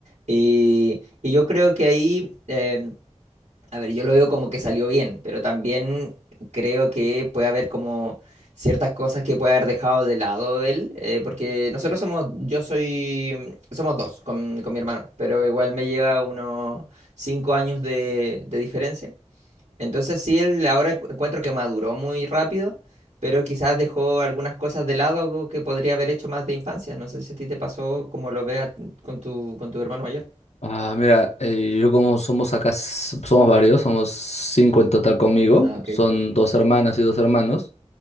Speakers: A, on the right; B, on the left.
A: Y, y yo creo que ahí, eh, a ver, yo lo veo como que salió bien, pero también creo que puede haber como ciertas cosas que puede haber dejado de lado él, eh, porque nosotros somos, yo soy, somos dos con, con mi hermano, pero igual me lleva unos cinco años de de diferencia. Entonces sí, él ahora encu- encuentro que maduró muy rápido, pero quizás dejó algunas cosas de lado que podría haber hecho más de infancia. No sé si a ti te pasó como lo veas con tu, con tu hermano mayor.
B: Ah, mira, eh, yo como somos acá, s- somos varios, somos cinco en total conmigo,
A: Ah, ok,
B: son dos hermanas y dos hermanos.